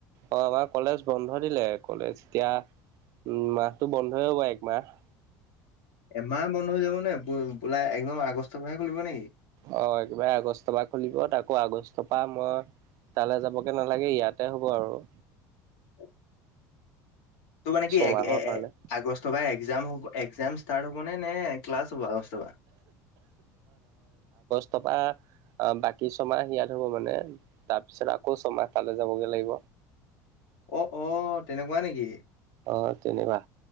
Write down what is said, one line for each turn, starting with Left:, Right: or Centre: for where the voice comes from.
Right: অ, আমাৰ কলেজ বন্ধ দিলে কলেজ এতিয়া। উম, মাহটো বন্ধই হ'ব একমাহ।
Left: এমাহ বন্ধ হৈ যাব নে বোলাই একদম আগষ্টৰ মাহে খুলিব নেকি?
Right: অ, কিবাৰে আগষ্টৰ পৰা খুলিব তকৌ আগষ্টৰ পৰা মই। তালৈ যাবগে নালাগে ইয়াতে হ'ব আৰু।
Left: <inaudible> ত' মানে কি
Right: ছমাহৰ কাৰণে
Left: আগষ্ট বা একজাম হ একজাম ষ্টাৰ্ট হ'ব নে ক্লাছ হ'ব আগষ্টৰ পা?
Right: তবা আহ বাকী ছমাহ ইয়াত হ'ব মানে, তাৰপিছত আকৌ ছমাহ তালৈ যাবগে লাগিব।
Left: অ - অ তেনেকুৱা নেকি?
Right: অ, তেনেকুৱা